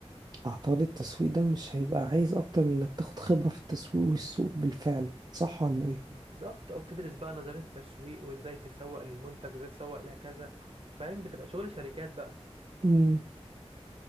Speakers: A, on the right; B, on the right.
A: اعتقد التسويق ده مش هيبقى عايز اكتر من انك تاخد خبرة في التسويق والسوق بالفعل صح ولا ايه
B: بالظبط أو بتدرس بقى نظرية التسويق وإزاي تسوق للمنتج وإزاي تسوق لكذا فاهم بتبقى شغل شركات بقى
A: امم